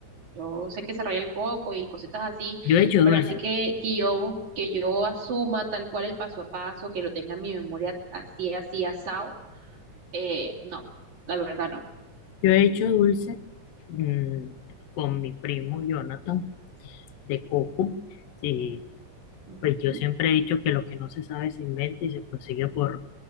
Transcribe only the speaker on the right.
Yo sé que se raya el coco y cositas así,
pero así que, que yo, que yo asuma tal cual el paso a paso, que lo tenga en mi memoria así, así, asado, eh, no, la verdad no.
Ujú.
<laughs>